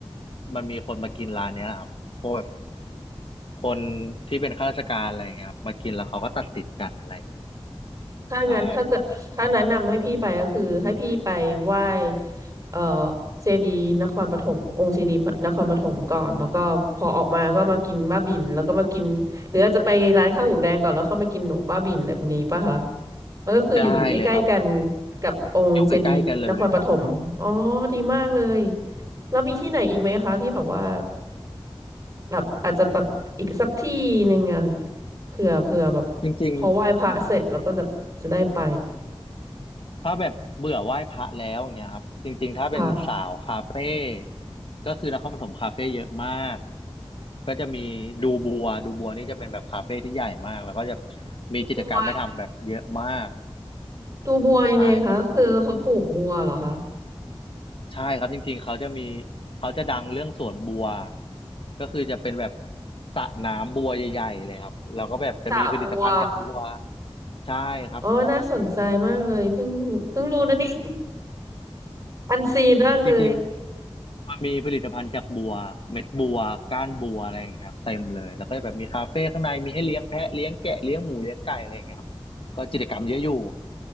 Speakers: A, on the left (about 60°); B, on the right (about 35°).
A: มันมีคนมากินร้านเนี้ยครับพวกแบบคนที่เป็นข้าราชการอะไรอย่างเงี้ยครับมากินแล้วเขาก็ตัดสินกันอะไร
B: ถ้างั้นถ้าเกิดถ้าแนะนำให้พี่ไปก็คือให้พี่ไปไหว้
A: ใช่
B: เอ่อเจดีย์นครปฐมองค์เจดีย์นครปฐมก่อนแล้วก็พอออกมาก็มากินบ้าบิ่นแล้วก็มากินหรืออาจจะไปร้านข้าวหมูแดงก่อนแล้วค่อยมากินหนมบ้าบิ่นแบบนี้ป่ะคะมันก็คืออยู่อยู่ใกล้ๆกัน
A: ได้เลยครับ
B: กับองค์เจดีย์นครปฐมอ๋อดีมากเลย
A: อยู่ใกล้ๆกันเลย
B: แล้วมีที่ไหนอีกไหมคะที่แบบว่าแบบอาจจะแบบอีกสักที่หนึ่งอะเผื่อเผื่อแบบพอไหว้พระเสร็จเราก็จะจะได้ไป
A: จริงๆถ้าแบบเบื่อไหว้พระแล้วอย่างเงี้ยครับจริงๆถ้าเป็นสาวคาเฟ่
B: ค่ะ
A: ก็คือนครปฐมคาเฟ่เยอะมากก็จะมีดูบัวดูบัวนี่จะเป็นแบบคาเฟ่ที่ใหญ่มากแล้วก็จะมีกิจกรรมให้ทำแบบเยอะมาก
B: ดูบัวดูบัวยังไงคะก็คือเขาปลูกบัวเหรอคะ
A: ใช่ครับใช่ครับจริงๆเขาจะมีเขาจะดังเรื่องสวนบัวก็คือจะเป็นแบบสระน้ำบัวใหญ่ๆเลยครับแล้วก็แบบจะมีผลิตภัณฑ์จากบัว
B: สระบัว
A: ใช่ครับ
B: อ๋อน่าสนใจมากเลยเพิ่งเพิ่งรู้นะนี่ <laughs> อันซีนมากเลย
A: อืมจริงๆมันมีผลิตภัณฑ์จากบัวเม็ดบัวก้านบัวอะไรอย่างเงี้ยครับเต็มเลยแล้วก็แบบมีคาเฟ่ข้างในมีให้เลี้ยงแพะเลี้ยงแกะเลี้ยงหมูเลี้ยงไก่อะไรอย่างเงี้ยครับก็กิจกรรมเยอะอยู่